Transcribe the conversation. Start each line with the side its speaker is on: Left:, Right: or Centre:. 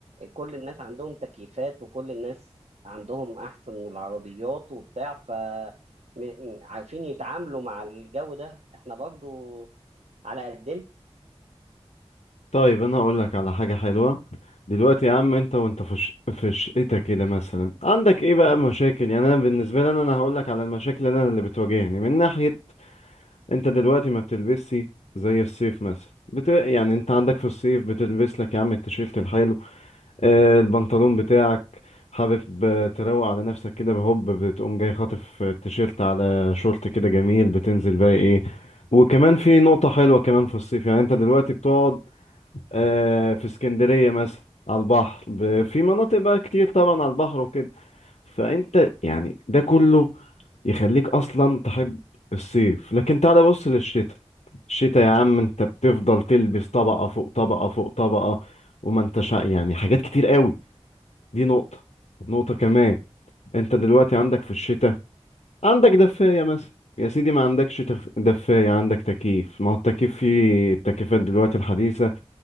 Right: كل الناس عندهم تكييفات وكل الناس عندهم أحسن العربيات وبتاع ف م- عارفين يتعاملوا مع الجو ده إحنا برضو على قدنا
Left: طيب انا هقول لك على حاجة حلوة دلوقتي يا عم انت وانت في ش... في شقتك كده مثلا عندك ايه بقى مشاكل يعني انا بالنسبة لي انا أنا هقول لك على المشاكل اللي انا اللي بتواجهني من ناحية انت دلوقتي ما بتلبسي زي الصيف مثلا بت... يعني انت عندك في الصيف بتلبس لك يا عم التيشيرت الحلو آه البنطلون بتاعك حابب آه، تروق على نفسك كده بهوب بتقوم جاي خاطف التيشيرت على شورت كده جميل بتنزل بقى ايه وكمان في نقطة حلوة كمان في الصيف يعني انت دلوقتي بتقعد آه في اسكندرية مثلا على البحر ب... في مناطق بقى كتير طبعا على البحر وكده فانت يعني ده كله يخليك اصلا تحب الصيف لكن تعالى بص للشتاء الشتاء يا عم انت بتفضل تلبس طبقة فوق طبقة فوق طبقة وما انتش ع- يعني حاجات كتير قوي دي نقطة نقطة كمان انت دلوقتي عندك في الشتاء عندك دفاية مثلا يا سيدي ما عندكش تف- دفاية عندك تكييف ما هو التكييف في التكييفات دلوقتي الحديثة